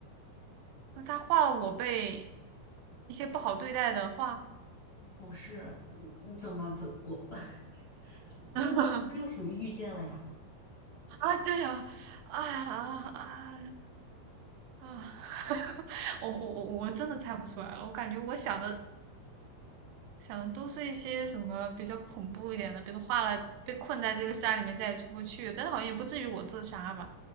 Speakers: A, on the right; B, on the left.
A: 就是她画了我被一些不好对待的画
B: 不是，你你怎么怎我 <laughs> 那这就属于遇见了呀？
A: <laughs> 啊，对啊，哎呀啊啊啊！<laughs> 我我我我真的猜不出来了，我感觉我想的想的都是一些什么比较恐怖一点的，比如画了被困在这个山里面再也出不去，但是好像也不至于我自杀吧，